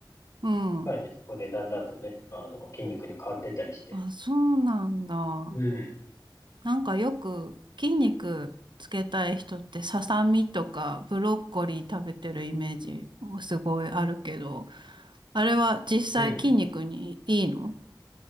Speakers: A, on the right; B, on the left.
A: うん
B: やっぱりね、そこでだんだんとね、あの、筋肉に変わってったりして。
A: あ、そうなんだ。
B: うん、
A: なんかよく筋肉つけたい人ってささみとかブロッコリー食べてるイメージすごいあるけど、あれは実際筋肉にいいの
B: うん。